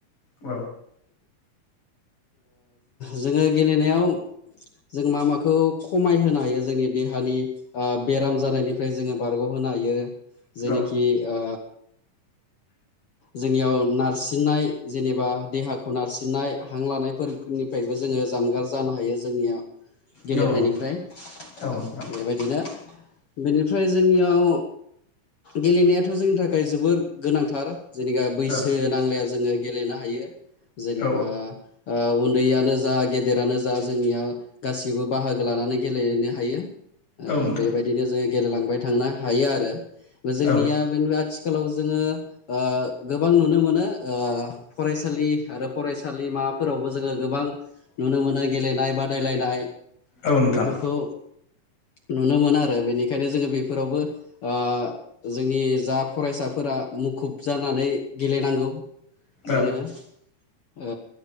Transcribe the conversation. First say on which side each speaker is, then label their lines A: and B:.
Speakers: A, on the left; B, on the left.
A: औ
B: जोङो गेलेनायाव जों मा माखौ खमायहोनो हायो जोंनि देहानि ओ बेराम जानायनिफ्राय जोङो बारग हो नो हायो जेनाखि
A: औ
B: ओ जोनियाव नारसिननाय जेनेबा देहाखौ नारसिननाय हां लानायफोर निफ्रायबो जोङो जानगार जानो हायो जोंनिया गेलेनायनिफ्राय
A: नोंथां औ नोंथां
B: ओ बेबायदिनो बेनिफ्राय जोंनियाव गेलेनायाथ' जोंनि थाखाय जोबोर गोनांथार। जेनेबा बैसो
A: औ
B: नांलाया जोङो गेलेनो हायो जेनेबा
A: औ
B: ओ उन्दैयानो जा गेदेरानो जा जोंनिया गासिबो बाहागो लानानै गेलेनो हायो। ओ
A: औ नोंथां
B: बेबायदिनो जोङो गेलेलांबाय थांनो हायो आरो जोंनिया
A: औ
B: बेनि आथि खालाव जोङो ओ गोबां नुनो मोनो ओ फरायसालि आरो फरायसालि माबाफोरावबो जोङो गोबां नुनो मोनो गेलेनाय बादायलायनाय
A: औ नोंथां
B: बेफोरखौ नुनो मोनो आरो बेनिखायनो जोङो बेफोरावबो ओ जोंनि जा फरायसाफोरा मुखुब जानानै गेलेनांगौ।
A: औ
B: जोङो ओ